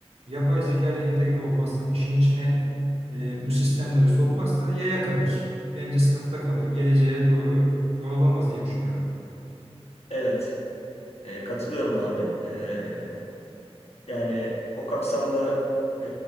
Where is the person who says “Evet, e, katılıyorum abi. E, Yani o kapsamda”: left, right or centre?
Left